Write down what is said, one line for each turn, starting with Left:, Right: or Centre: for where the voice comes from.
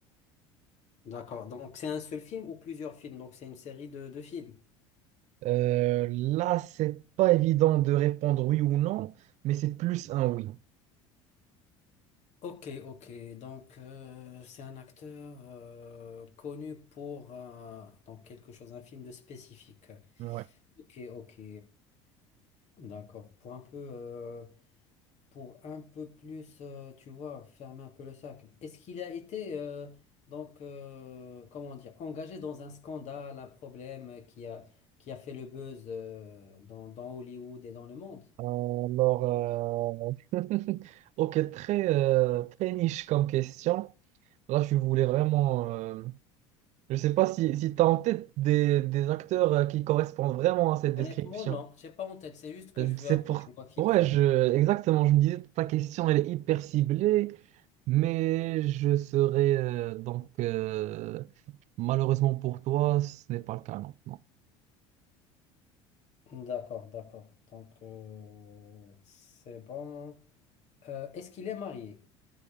Left: D'accord, donc c'est un seul film ou plusieurs films? Donc c'est une série de, de films.
Right: Euh, là, c'est pas évident de répondre oui ou non, mais c'est plus un oui.
Left: Ok, ok. Donc, euh, c'est un acteur euh, connu pour euh, donc quelque chose, un film de spécifique.
Right: Ouais.
Left: Ok, ok. D'accord. Pour un peu, euh, pour un peu plus, euh, tu vois, fermer un peu le cercle. Est-ce qu'il a été euh, donc, euh, comment dire, engagé dans un scandale, un problème qui a qui a fait le buzz euh, dans dans Hollywood et dans le monde?
Right: Alors, euh, <laughs> ok, très, euh, très niche comme question. Là, je voulais vraiment. euh, Je sais pas si, si tu as en tête des, des acteurs euh, qui correspondent vraiment à cette
Left: Honnêtement,
Right: description.
Left: non. J'ai pas en tête. C'est juste que
Right: Euh,
Left: je veux
Right: C'est
Left: un peu,
Right: pour...
Left: tu vois, filtrer.
Right: Ouais, je... exactement. Je me disais, ta question, elle est hyper ciblée, mais je serais euh, donc, euh, malheureusement pour toi, ce n'est pas le cas, non. non.
Left: D'accord, d'accord. Donc, euh, c'est bon. Euh, est-ce qu'il est marié?